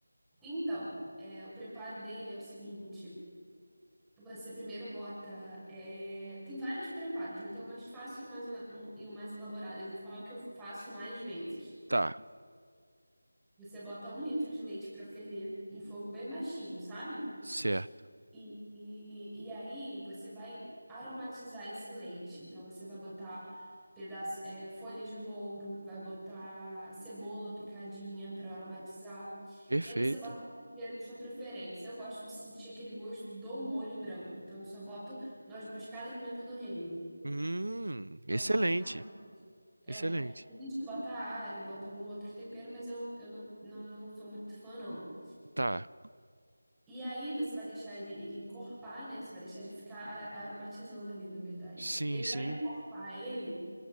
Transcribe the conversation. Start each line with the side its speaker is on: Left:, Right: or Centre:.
Centre: Então, é, o preparo dele é o seguinte. Você primeiro bota. é, Tem vários preparos, né? Tem o mais fácil e mais uma- um, e o mais elaborado. Eu vou falar o que eu faço mais vezes.
Right: Tá,
Centre: Você bota um litro de leite para ferver em fogo bem baixinho, sabe?
Right: certo.
Centre: E, e, e aí você vai aromatizar esse leite. Então você vai botar pedaço, é, folhas de louro, vai botar cebola picadinha para aromatizar.
Right: Perfeito.
Centre: E aí você bota o tempero de sua preferência. Eu gosto de sentir aquele gosto do molho branco. Então eu só boto noz moscada e pimenta do reino.
Right: Hum, excelente.
Centre: Não boto nada mais. É,
Right: Excelente.
Centre: tem gente que bota alho, bota algum outro tempero, mas eu, eu não, não, não sou muito fã, não.
Right: Tá.
Centre: E aí você vai deixar ele, ele encorpar, né? Você vai deixar ele ficar a- aromatizando ali, na verdade.
Right: Sim,
Centre: E aí,
Right: sim.
Centre: para encorpar ele,